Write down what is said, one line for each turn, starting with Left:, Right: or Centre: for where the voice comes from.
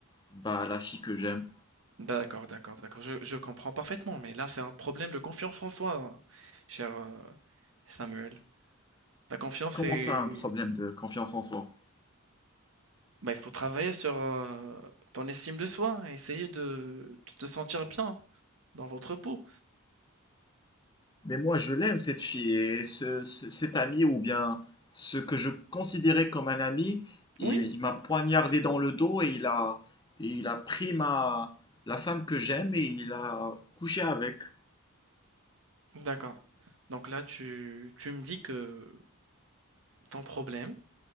Left: bah, la fille que j'aime.
Right: D'accord, d'accord, d'accord. Je, je comprends parfaitement. Mais là, c'est un problème de confiance en soi, cher euh, Samuel. La confiance
Left: Comment
Right: est,
Left: ça, un problème de confiance en soi?
Right: bah, il faut travailler sur euh, ton estime de soi, et essayer de, de te sentir bien dans votre peau.
Left: Mais moi, je l'aime cette fille et ce, ce- cet ami ou bien ce que je considérais comme un ami, il,
Right: Oui?
Left: il m'a poignardé dans le dos et il a et il a pris ma la femme que j'aime et il a couché avec.
Right: D'accord. Donc là, tu, tu me dis que ton problème,